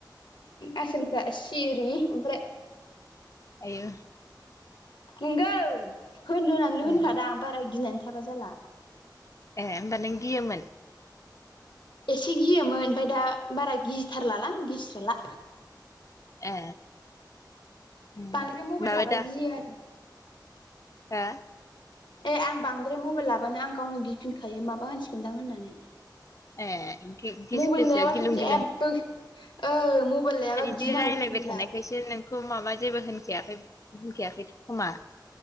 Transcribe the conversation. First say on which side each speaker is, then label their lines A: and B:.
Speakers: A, on the left; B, on the left.
A: आसोलफ्रा सिरि ओमफ्राय
B: <unintelligible>
A: नोंगौ होन होननानै होनखादा
B: ए
A: आं बारा गिनानै थाबा जाला
B: ए होमबा नों गियोमोन
A: एसे गियोमोन ओमफफ्राय दा बारा गिथारलालां गिस्राला
B: ए उम
A: बांद्राय मबाइल
B: माबा
A: लाबा
B: दा
A: गियो आरो
B: हो
A: ए आं बांद्राय मबाइल लाबानो आं गावनो गिफिनखायो माबा होनसिगोनदां होननानै
B: ए गि-गिस
A: मबाइल
B: गोसोआ
A: लायाबाथ
B: गिलुं
A: जेबो
B: गिलुं
A: ओ मबाइल लायाबा गिनांगौखौनो
B: बि रायज्लायबाय
A: गैला
B: थानायखायसो बिदि नोंखौ माबा जेबो होनखायाखै होनखायाखै खोमा